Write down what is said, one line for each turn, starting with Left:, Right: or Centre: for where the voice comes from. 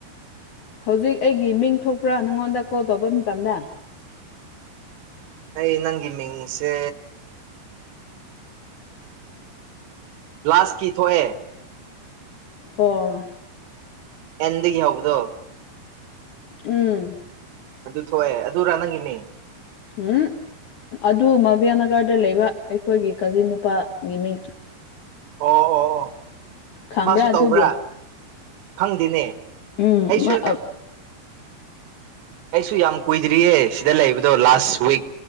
Left: ꯍꯧꯖꯤꯛ ꯑꯩꯒꯤ ꯃꯤꯡ ꯊꯣꯛꯄ꯭ꯔꯥ ꯅꯪꯉꯣꯟꯗ ꯀꯣꯜ ꯇꯧꯕ ꯃꯇꯝꯗ
Right: ꯑꯩ ꯅꯪꯒꯤ ꯃꯤꯡꯁꯦ ꯂꯥꯁꯀꯤ ꯊꯣꯛꯑꯦ
Left: ꯑꯣ
Right: ꯑꯦꯟꯗꯒꯤ ꯍꯧꯕꯗꯣ
Left: ꯎꯝ
Right: ꯑꯗꯨ ꯊꯣꯛꯑꯦ ꯑꯗꯨꯔꯥ ꯅꯪꯒꯤ ꯃꯤꯡ
Left: ꯎꯝ ꯑꯗꯨ ꯃꯕꯤꯌꯥ ꯅꯥꯒꯥꯔꯗ ꯂꯩꯕ ꯑꯩꯈꯣꯏꯒꯤ ꯀꯥꯖꯤꯟ ꯅꯨꯄꯥꯒꯤ ꯃꯤꯡ
Right: ꯑꯣ-ꯑꯣ-ꯑꯣ
Left: ꯈꯪꯕ꯭ꯔꯥ
Right: ꯃꯥꯁꯨ
Left: ꯑꯗꯨꯕꯨ
Right: ꯇꯧꯕ꯭ꯔꯥ ꯈꯪꯗꯦꯅꯦ
Left: ꯎꯝ
Right: ꯑꯩꯁꯨ
Left: ꯃꯥ
Right: ꯑꯩꯁꯨ ꯌꯥꯝ ꯀꯨꯏꯗ꯭ꯔꯤꯌꯦ ꯁꯤꯗ ꯂꯩꯕꯗꯣ ꯂꯥꯁ ꯋꯤꯛ